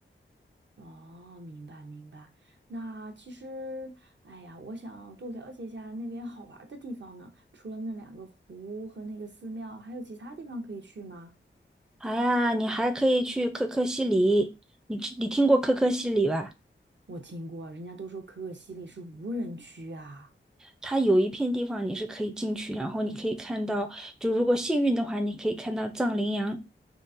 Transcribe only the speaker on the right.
哦，明白明白。那其实，哎呀，我想多了解一下那边好玩儿的地方呢。除了那两个湖和那个寺庙，还有其他地方可以去吗？
我听过，人家都说可可西里是无人区啊。